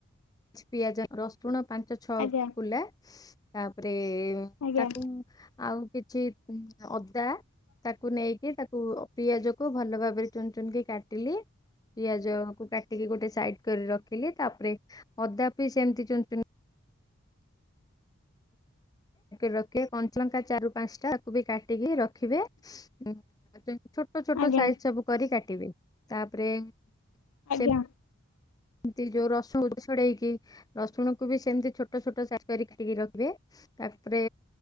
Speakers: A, on the left; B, on the left.
A: କିଛି ପିଆଜ -ରସୁଣ ପାଞ୍ଚ ଛଅ
B: ଆଜ୍ଞା
A: କୁଲା ତାପରେ
B: ଆଜ୍ଞା
A: ତାକୁ ଆଉ କିଛି ଅଦା ତାକୁ ନେଇକି ତାକ୍ ପୁ-ପିଆଜ କୁ ଭଲ ଭାବରେ ଚୁନ୍ ଚୁନ୍ କି କାଟିଲି ପିଆଜ କୁ କାଟିକି ଗୋଟେ ସାଇଟ୍ କରି ରଖିଲି ତାପରେ ଅଦା ବି ସେମିତି ଚୁନ୍ ଚୁନ୍ ରଖିବେ କଞ୍ଚାଲଙ୍କା ଚାରି ରୁ ପାଞ୍ଚଟା ତାକୁ ବି କାଟିକି ରଖିବେ ଛୋଟ ଛୋଟ
B: ଆଜ୍ଞା
A: ସାଇଜ୍ ସବୁ କରି କାଟିବେ ତାପରେ ସେ
B: ଆଜ୍ଞା।
A: ଏମତି ଯଉ ରସୁଣ ଛଡେଇକି ରସୁଣକୁ ବି ସେମିତି ଛୋଟ୍ ଛୋଟ ଛୋଟ ସାଇଜ୍ କରି ଖାଟିକି ରଖିବେ ତାପରେ